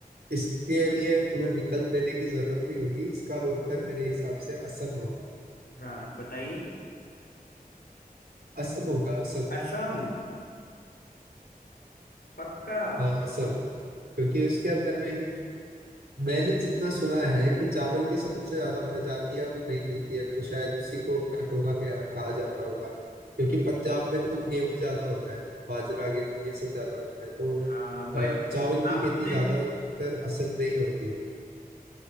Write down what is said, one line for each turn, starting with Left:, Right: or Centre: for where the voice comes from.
Right: इसके लिए तुम्हें विकल्प देने की जरूरत नहीं होगी इसका उत्तर मेरे हिसाब से असम होगा
Left: है हाँ बताइए
Right: असम होगा असम
Left: असम
Right: हाँ
Left: पक्का
Right: हाँ, असम क्योंकि इसके अंदर में ही मैंने जितना सुना है कि चावल की सबसे ज्यादा प्रजातियां भी वहीं मिलती है तो शायद उसी को कटोरा कहा कहा जाता होगा क्योंकि पंजाब में तो गेहूं ज्यादा होता है बाजरा गेहूं ये सब ज्यादा होता है तो
Left: हाँ बट
Right: अ, चावल की
Left: आपने
Right: खेती ज्यादातर असम में ही होती है